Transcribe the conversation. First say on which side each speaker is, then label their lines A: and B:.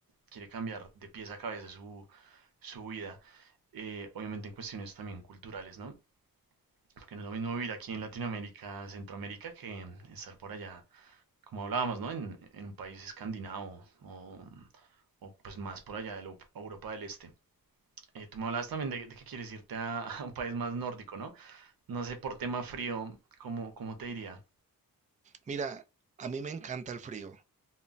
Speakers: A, on the right (about 75°); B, on the right (about 20°).
A: quiere cambiar de pies a cabeza su, su vida. Eh, obviamente en cuestiones también culturales, ¿no? Porque no es lo mismo vivir aquí en Latinoamérica, Centroamérica, que estar por allá como hablábamos, ¿no? En, en un país escandinavo o, o, pues más por allá de la Eu- Europa del Este. Eh, tú me hablabas también de, de que quieres irte a, <laughs> a un país más nórdico, ¿no? No sé, por tema frío, ¿cómo, cómo te diría?
B: Mira, a mí me encanta el frío,